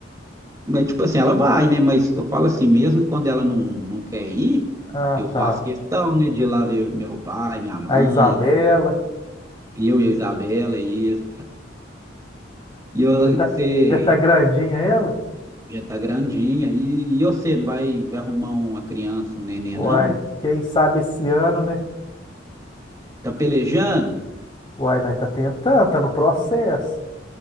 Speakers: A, on the right (about 20°); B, on the left (about 25°).
A: mas tipo assim, ela vai, né? Mas eu falo assim, mesmo quando ela não, não quer ir,
B: Ah,
A: eu faço
B: tá.
A: questão, né, de ir lá ver meu pai, minha mãe,
B: A Isabela.
A: eu e a Isabela e isso. E eu,
B: Já tá,
A: você,
B: já tá grandinha ela?
A: Já tá grandinha. E, e você não vai, vai arrumar uma criança, um neném,
B: Uai,
A: não?
B: quem sabe esse ano, né?
A: Tá pelejando?
B: Uai, nós tá tentando, tá no processo.